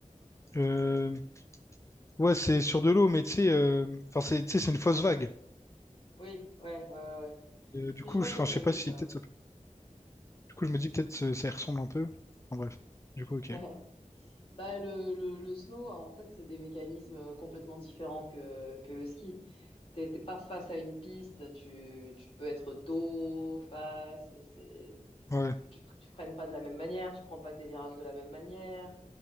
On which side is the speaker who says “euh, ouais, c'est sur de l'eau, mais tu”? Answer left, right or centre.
Left